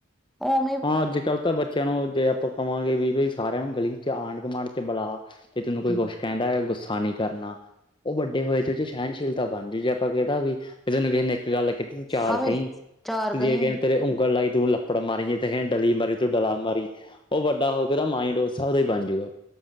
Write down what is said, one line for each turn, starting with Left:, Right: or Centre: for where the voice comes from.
Centre: ਉਹ।
Left: ਹਾਂ ਅੱਜ ਕੱਲ੍ਹ ਤਾਂ ਬੱਚਿਆਂ ਨੂੰ ਜੇ। ਆਪਾਂ ਕਵਾਂਗੇ ਵੀ ਬਈ ਸਾਰਿਆਂ ਨੂੰ ਗਲੀ ਚ ਆਂਢ ਗਮਾਂਢ ਚ ਬੁਲਾ ਤੇ ਤੈਨੂੰ ਕੋਈ
Centre: ਹੂੰ
Left: ਕੁਛ। ਕੈਂਦਾ ਗੁੱਸਾ ਨੀ ਕਰਨਾ ਉਹ ਵੱਡੇ ਹੋਏ ਚ ਉਹ ਸੈਣਸ਼ੀਲਤਾ ਬਣ ਜੂ ਜੇ ਆਪਾਂ ਕੈ ਤਾ ਵੀ। ਤੇ ਤੈਨੂੰ ਕਿਸੇ ਨੇ ਇੱਕ ਗੱਲ ਕੀਤੀ ਤੂੰ ਚਾਰ
Centre: ਹਵੇ
Left: ਕਹੀ
Centre: ਚਾਰ
Left: ਤੂੰ ਜੇ
Centre: ਕਈ
Left: ਕੇ ਨੇ ਤੇਰੇ ਉਂਗਲ ਲਾਈ ਤੂੰ ਲੱਪੜ ਮਾਰੀ। ਡਲੀ ਮਾਰੀ ਤੂੰ ਡਲਾ ਮਾਰੀ ਉਹ ਵੱਡਾ ਹੋ ਕੇ ਤਾਂ ਮਾਇੰਡ ਉਸ ਹਿਸਾਬ ਦਾ ਹੀ ਬਣ ਜੂਗਾ।